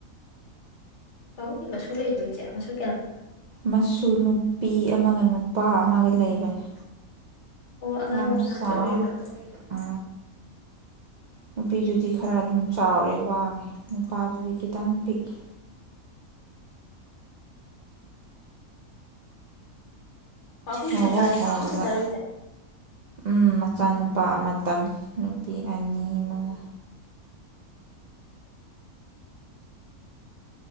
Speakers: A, on the left; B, on the right.
A: ꯀꯕꯨ ꯃꯁꯨ ꯂꯩꯕꯣꯏ ꯆꯦ ꯃꯁꯨ ꯀꯌꯥꯅ
B: ꯃꯁꯨ ꯅꯨꯄꯤ ꯑꯃꯒ ꯅꯨꯄꯥ ꯑꯃꯒ ꯂꯩꯕꯅꯤ
A: ꯑꯣ ꯑꯉꯥꯡ
B: ꯌꯥꯝ
A: ꯃꯆꯥ ꯉꯥꯛꯇ
B: ꯆꯥꯎꯥꯎ
A: ꯑꯣꯏꯔꯤꯕ꯭ꯔꯣ
B: ꯑ ꯅꯨꯄꯤꯗꯨꯗꯤ ꯈꯔ ꯑꯗꯨꯝ ꯆꯥꯎꯔꯦ ꯋꯥꯡꯉꯦ ꯅꯨꯄꯥꯗꯨꯗꯤ ꯈꯤꯇꯪ ꯄꯤꯛꯏꯦ
A: ꯄꯥꯕꯨꯡꯒꯤ
B: ꯉꯧꯔꯣꯛ
A: ꯃꯆꯥ ꯅꯨꯨꯄꯥ
B: ꯉꯧꯔꯒ
A: ꯑꯃꯈꯛꯇꯔꯣꯏꯁꯦ
B: ꯎꯝ ꯃꯆꯥꯅꯨꯄꯥ ꯑꯃꯇꯪ ꯅꯨꯄꯤ ꯑꯅꯤ ꯑꯃꯒ